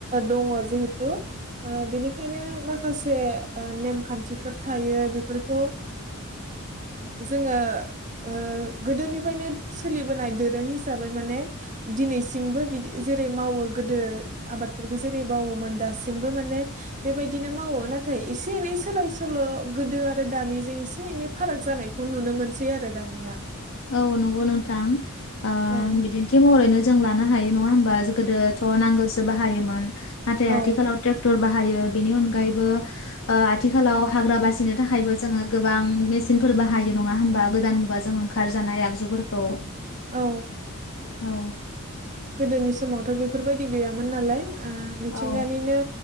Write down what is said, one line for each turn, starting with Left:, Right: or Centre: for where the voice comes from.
Right: दङ जिहेथु ओ बेनिखायनो माखासे ओ नेमखान्थिफोर थायो बेफोरखौ जोङो ओ गोदोनिफ्रायनो सोलिबोनाय दोरों हिसाबै माने दिनैसिमबो बिदि जेरै मावो गोदो आबादफोरखौ जेरै मावोमोन दासिमबो माने बेबायदिनो मावो नाथाय एसे एनै सोलाय सोल' गोदो आरो दानिजों एसे एनै फाराग जानायखौ नुनो मोनसै आरो दानिया
Left: औ नंगौ नोंथां ओ
Right: औ
Left: बिदिन्थि महरैनो जों लानो हायो नङा होमबा जों गोदोथ' नांगोलसो बाहायोमोन नाथाय
Right: औ
Left: आथिखालाव ट्रेक्टर बाहायो। बेनि अनगायैबो ओ आथिखालाव हाग्रा बासिनो थाखायबो जोङो गोबां मेसिनफोर बाहायो नङा होमबा गोदान मुगाजों। खारजानाय आगजुफोरखौ
Right: औ
Left: औ
Right: गोदोनि समावथ बेफोरबायदि गैयामोन नालाय। ओ मिथिंगानिनो
Left: औ